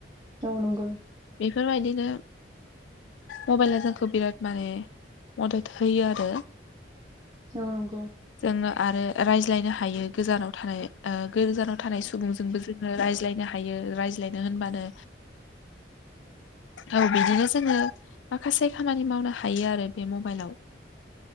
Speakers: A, on the right; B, on the left.
A: औ नंगौ।
B: बेफोरबायदिनो मबाइला जोंखौ बिराद माने मदद होयो आरो।
A: औ नंगौ।
B: जोङो आरो रायज्लायनो हायो गोजानाव थानाय ओ गोजानाव थानाय सुबुंजोंबो जों रायज्लायनो हायो रायज्लायनो होनबानो औ। बिदिनो जोङो माखासे खामानि मावनो हायो आरो बे मबाइलाव।